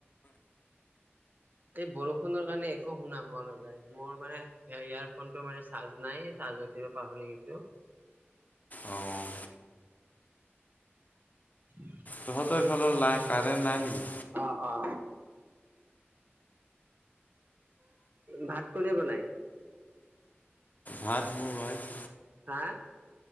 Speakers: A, on the right; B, on the left.
A: এই বৰষুণৰ কাৰণে একো শুনা পোৱা নাযায়, মোৰ মানে, ইয়াৰ-ইয়াৰফোনটো মানে চাৰ্জ নাই, চাৰ্জত দিব পাহৰি গৈছো।
B: অঁ
A: <unintelligible>
B: তহঁতৰ এইফালৰ লা, কাৰেণ্ট নাই নেকি?
A: অ' অ'। ভাত কোনে বনায়?
B: ভাত মোৰ উৱাইফ।
A: হা?